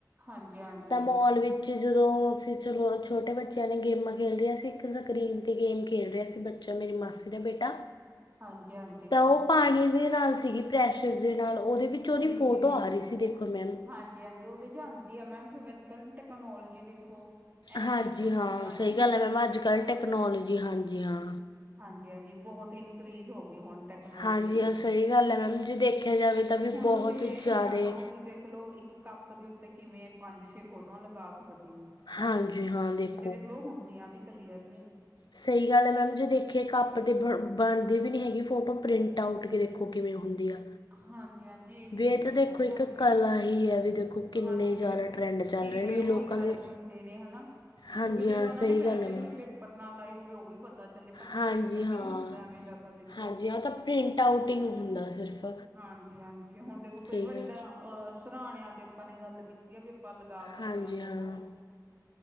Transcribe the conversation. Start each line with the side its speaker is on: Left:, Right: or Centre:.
Right: ਹਾਂਜੀ ਹਾਂਜੀ
Left: ਤਾਂ ਮੋਲ ਵਿੱਚ ਤੇ ਜਦੋਂ ਅਸੀਂ ਚਲੋ ਛੋਟੇ ਬੱਚਿਆਂ ਨੇ ਗੇਮਾਂ ਖੇਡ ਰਿਆਂ ਸੀਂ ਇੱਕ ਸਕਰੀਨ ਤੇ ਗੇਮ ਖੇਡ ਰਏ ਸੀ। ਬੱਚਾ ਮੇਰੀ ਮਾਸੀ ਦਾ ਬੇਟਾ
Right: ਹਾਂਜੀ-ਹਾਂ।
Left: ਤਾਂ ਓ ਪਾਣੀ ਦੇ ਨਾਲ ਸੀਗੀ ਪ੍ਰੈਸ਼ਰ ਦੇ ਨਾਲ ਓਦੇ ਵਿੱਚ ਉਹਦੀ
Right: ਜੀ-ਜੀ
Left: ਫੋਟੋ ਆ ਰਹੀ ਸੀ ਦੇਖੋ ਮੈਮ
Right: ਹਾਂ। ਜੀ ਹਾਂਜੀ ਓਦੇ ਚ ਆਂਦੀ ਐ ਮੈਮ ਕਿਉਂਕਿ ਆੱਜ-ਕੱਲ ਟੈਕਨੋਲੋਜੀ ਦੇਖੋ ਇਹੋ
Left: ਹਾਂਜੀ
Right: ਜਿਹੀ ਹੋਈ
Left: ਹਾਂ,
Right: ਹੋਈ ਆ
Left: ਸਈ
Right: ਨਾ ਵੀ
Left: ਗੱਲ ਐ ਮੈਮ ਆੱਜ-ਕੱਲ ਟੈਕਨੋਲੋਜੀ ਹਾਂਜੀ ਹਾਂ।
Right: ਹਾਂਜੀ-ਹਾਂਜੀ ਬੋਹਤ ਇਨਕਰੀਜ਼ ਹੋ ਗਈ ਹੁਣ ਟੈਕਨੋਲੋਜੀ,
Left: ਹਾਂਜੀ ਹਾਂ ਸਹੀ ਗੱਲ ਹੈ ਮੈਮ ਜੇ ਦੇਖਿਆ ਜਾਵੇ ਤਾਂ ਵੀ
Right: ਹੁਣ
Left: ਬਹੁਤ
Right: ਤੁਸੀਂ ਏ ਲਗਾ
Left: ਜ਼ਿਆਦਾ
Right: ਲਓ ਵੀ ਦੇਖਲਓ ਇੱਕ ਕੱ ਪ ਦੇ ਉੱਤੇ ਕਿਵੇਂ ਪੰਜ-ਛੇ ਫੋਟੋਆਂ ਲਗਾ ਸਕਦੇ ਨੇ।
Left: ਹਾਂਜੀ ਹਾਂ ਦੇਖੋ
Right: ਤੇ ਦੇਖ ਲੋਂ ਹੁੰਦੀਆਂ ਵੀ ਕਲੀਅਰ ਨੇ।
Left: ਸਈ ਗੱਲ ਐ ਮੈਮ ਜੇ ਦੇਖੀਏ ਕੱਪ ਤੇ ਬ ਬਣਦੀ ਵੀ ਨੀ ਹੈਗੀ ਫੋਟੋ ਪ੍ਰਿੰਟ ਆਊਟ ਕੇ ਵੇਖੋ ਕਿਵੇਂ ਹੁੰਦੀ ਆ।
Right: ਹਾਂਜੀ-ਹਾਂਜੀ ਏਹੀ
Left: ਵੀ
Right: ਨੀ
Left: ਇਹ
Right: ਦੇਖੋ
Left: ਤਾਂ
Right: ਸਮਝ
Left: ਇੱਕ
Right: ਆਂਦੀ,
Left: ਕਲਾ ਹੀ ਹੈ ਵੀ ਦੇਖੋ ਕਿੰਨੇ
Right: ਹਾਂਜੀ
Left: ਜ਼ਿਆਦਾ
Right: ਵੀ ਦੇਖੋ
Left: ਟਰੈਂਡ ਚੱਲ
Right: ਕਿਵੇਂ
Left: ਰਹੇ ਨੇ ਵੀ
Right: ਓ
Left: ਲੋਕਾਂ
Right: ਚੜ੍ਹ
Left: ਦੇ
Right: ਦਿੰਦੇ ਨੇ ਹੈਨਾ
Left: ਹਾਂਜੀ
Right: ਕਿਉਂਕਿ ਜੇ
Left: ਹਾਂ
Right: ਤਾਂ
Left: ਸਹੀ
Right: ਓਨਾਂ ਨੇ ਵੈਸੇ
Left: ਗੱਲ ਹੈ ਮੈਮ
Right: ਕੋਈ ਪੇਪਰ ਨਾਲ ਲਾਈ ਹੋਵੇ ਓ ਵੀ ਪਤਾ ਚੱਲੇ ਪਰ ਕੋਈ
Left: ਹਾਂਜੀ
Right: ਪੇਪਰ ਵੀ
Left: ਹਾਂ
Right: ਨੀ ਹੁੰਦਾ ਐਵੇਂ ਦਾ ਤਾਂ ਦੇਖ
Left: ਹਾਂਜੀ ਓ ਤਾਂ ਪ੍ਰਿੰਟ ਆਊਟ ਈ ਹੁੰਦਾ ਸਿਰਫ।
Right: ਹਾਂਜੀ-ਹਾਂਜੀ ਹੁਣ ਦੇਖੋ ਕਈ
Left: ਠੀਕ
Right: ਵਾਰੀ
Left: ਹੈ
Right: ਤਾਂ ਅ ਸਰਾਣਿਆਂ ਤੇ ਆਪਾਂ ਨੇ ਗੱਲ ਕੀ ਤੀ ਤੇ ਵੀ ਆਪਾਂ ਲਗਾ ਸਕਦੇ
Left: ਹਾਂਜੀ
Right: ਆ ਫੋਟੋ।
Left: ਹਾਂ